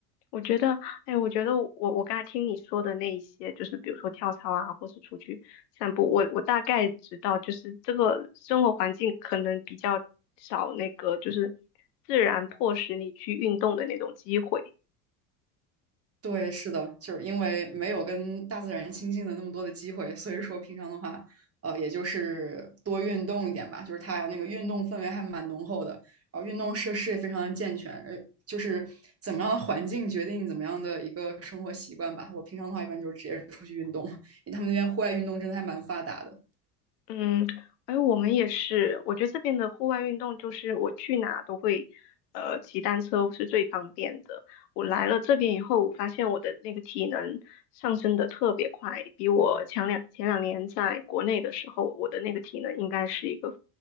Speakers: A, on the left (about 75°); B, on the right (about 30°).
A: 我觉得，哎，我觉得我我刚才听你说的那一些，就是比如说跳操啊，或是出去散步，我我大概知道，就是这个生活环境可能比较少那个，就是自然迫使你去运动的那种机会。
B: 对，是的，就是因为没有跟大自然亲近的那么多的机会，所以说平常的话，呃，也就是多运动一点吧。就是它那个运动氛围还蛮浓厚的，然后运动设施也非常的健全，呃，就是怎么样的环境决定怎么样的一个生活习惯吧。我平常的话，一般就是直接出去运动，因为他们那边户外运动真的还蛮发达的。
A: 嗯，而我们也是，我觉得这边的户外运动就是我去哪都会，呃，骑单车是最方便的。我来了这边以后，我发现我的那个体能上升的特别快，比我前两前两年在国内的时候，我的那个体能应该是一个